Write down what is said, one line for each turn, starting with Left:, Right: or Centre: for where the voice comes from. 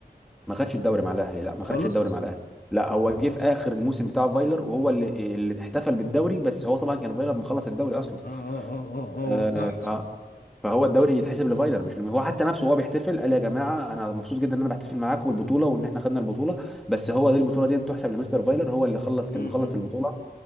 Centre: ما خدش الدوري مع الاهلي لا ما
Left: خالص
Centre: خدش الدوري مع الاهلي لا هو جه في اخر الموسم بتاع فايلر وهو اللي اللي احتفل بالدوري بس هو طبعا كان فايلر مخلص الدوري اصلا
Left: اه اه اه اه
Centre: أه
Left: اه صح
Centre: ف
Left: صح
Centre: فهو الدوري يتحسب لفايلر مش لم... هو حتى نفسه وهو بيحتفل قال يا جماعه انا مبسوط جدا ان انا بحتفل معاكم بالبطوله وان احنا خدنا البطوله بس هو دي البطوله دي تحسب لمستر فايلر هو اللي خلص
Left: م-
Centre: كان
Left: م-
Centre: مخلص البطوله
Left: م.